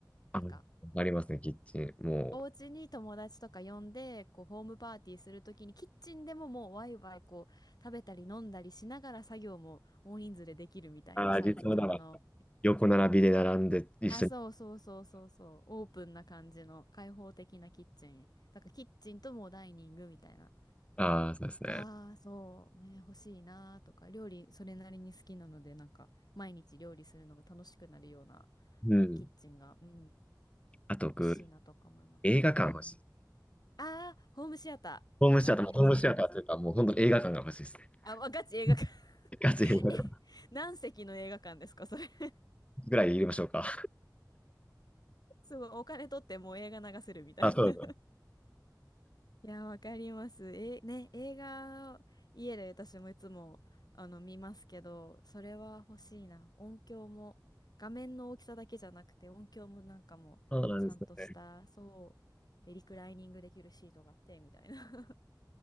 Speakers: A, on the left (about 15°); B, on the left (about 60°).
A: あの、
B: なんか、
A: ありますね、キッチン。もう、
B: お家に友達とか呼んで、こう、ホームパーティーするときに、キッチンでももうワイワイこう、食べたり飲んだりしながら作業も大人数でできるみたいなサイズ感の
A: ああ、実はだわ。横並びで並んで一緒に。
B: あ、そうそうそうそうそう。オープンな感じの開放的なキッチン。だからキッチンともうダイニングみたいな。
A: ああ、そうですね。
B: が、そうね、欲しいなとか、料理それなりに好きなので、なんか毎日料理するのが楽しくなるような
A: うん。
B: キッチンが、うん、
A: あと、僕、
B: 欲しいなとか思いますね。
A: 映画館欲しい。
B: あー、ホームシアター。
A: ホームシアター、
B: わかります、
A: もうホームシアターというか、
B: わかります。
A: もう本当に映画館が欲しいですね。
B: あ、わガチ映画館。
A: <laughs>
B: <laughs>
A: ガチ映画館
B: え、何席の映画館ですか、それ。<laughs>
A: ぐらい入れましょうか。
B: すごい、お金取ってもう映画流せるみたいな。
A: あ、そうだ。
B: いや、わかります。え、ね、映画、家で私もいつも、あの、見ますけど、それは欲しいな。音響も、画面の大きさだけじゃなくて、音響もなんかも、
A: そうなんですね。
B: ちゃんとした、そう、で、リクライニングできるシートがあって、みたいな。<laughs>